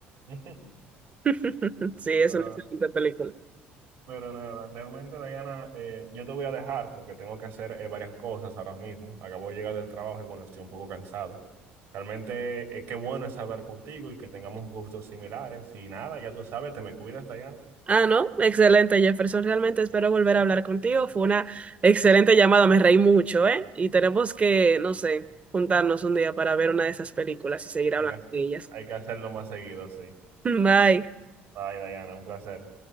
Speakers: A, on the right; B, on the right.
A: <laughs>
B: <laughs> Sí, es
A: Pero,
B: una excelente película.
A: pero nada, realmente, Diana, eh, yo te voy a dejar porque tengo que hacer eh, varias cosas ahora mismo. Acabo de llegar del trabajo y bueno, estoy un poco cansado. Realmente, eh, qué bueno es hablar contigo y que tengamos gustos similares. Y nada, ya tú sabes, te me cuidas, Diana.
B: Ah, no, excelente, Jefferson. Realmente espero volver a hablar contigo. Fue una excelente llamada, me reí mucho, ¿eh? Y tenemos que, no sé, juntarnos un día para ver una de esas películas y seguir
A: Hay
B: hablando
A: que,
B: de ellas.
A: hay que hacerlo más seguido, sí.
B: <laughs> Bye.
A: Bye, Diana, un placer.